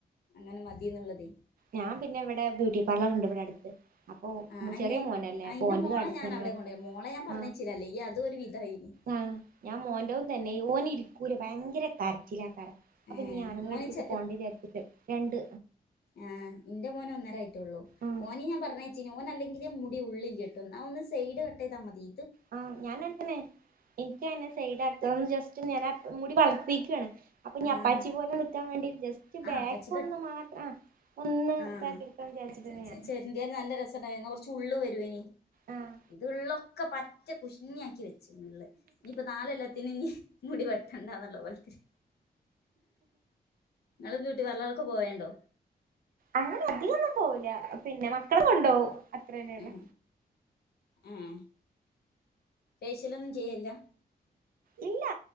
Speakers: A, on the left; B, on the right.
A: അങ്ങനെ മതീന്നുള്ളതെ
B: ഞാൻ പിന്നെ ഇവിടെ ബ്യൂട്ടി പാർലർണ്ട് ഇവിടെ അടുത്ത് അപ്പൊ
A: ആ അയിന്
B: ചെറിയ മോനല്ലേ
A: അയിന്റെ
B: അപ്പൊ ഓന്റതും
A: മോളെ
B: അടുത്ത
A: ഞാൻ
B: തന്നെ
A: അവിടെ കൊണ്ടോയി മോളെ ഞാൻ പറഞ്ഞയച്ചില്ല
B: ആ
A: അല്ലെങ്കി അതും ഒരു വിധായിനി
B: ആ ഞാൻ മോന്റെതും തന്നെ ഓന് ഇരിക്കൂല ഭയ യങ്കര കരച്ചിലായ്ക്കാരം
A: ഏഹ്
B: അപ്പഞ്ഞി ആണ്ങ്ങളെ
A: മോന്
B: അടുത്ത്ക്ക്
A: ചെ
B: പോണ്ടെ വിചാരിച്ചിട്ട് രണ്ട്
A: ആ ഇന്റെ മോന് ഒന്നരായി ടട്ടൊള്ളൂ
B: ആഹ്
A: ഓനിം ഞാൻ പറഞ്ഞയച്ചിനി ഓൻ നല്ല <unintelligible> മുടി ഉള്ളിലാട്ടോ എന്നാ ഒന്ന് സൈഡ് കട്ട്‌ ചെയ്താമതി
B: ആ ഞാൻ അങ്ങനെ തന്നെ ഇൻക്ക് അങ്ങനെ സൈഡ് അടുത്തതൊന്നും ജസ് റ്റ് ഞാനാ മുടി വളർത്തേക്കണ് അപ്പൊ ഇഞ്ഞി
A: ആഹ്
B: അപ്പാച്ചി പോലെ നിക്കാൻ വേണ്ടി ജസ്റ്റ്
A: ആഹ്
B: ബാക്ക്
A: അപ്പച്ചി കട്ട്
B: ഒന്ന് മാത്ര ആഹ് ഒന്ന്
A: ആഹ്
B: ഇതാക്കി എടുക്കാന്ന് വിചാരിച്ചിട്ട്
A: ചെ
B: ഞാൻ
A: ചെരണ്ടിയാൽ നല്ല രസണ്ടായ്നി ഇന്ന കൊർച്ച്‌ ഫുള്ള് വരോയ്നിം
B: ആഹ്
A: ഇത് ഇള്ളൊക്കെ പറ്റെ റ്റെ കുഷ്ണി ആക്കി <unintelligible> ഇനിയിപ്പ നാലെല്ലാത്തിനും ഇനി മുടി വെട്ടണ്ട ന്ന്ള്ള കോലത്തില് നിങ്ങള് ബ്യൂട്ടി പാർലറൊക്കെ പോവേണ്ടോ?
B: അങ്ങനെ അധികൊന്നും പോവില്ല പിന്നെ മക്കളെ കൊണ്ടോവും അത്രന്നെള്ളൂ
A: ഉം ഉം ഫേഷ്യലൊന്നും ചെയ്യൂല്ല
B: ഇല്ല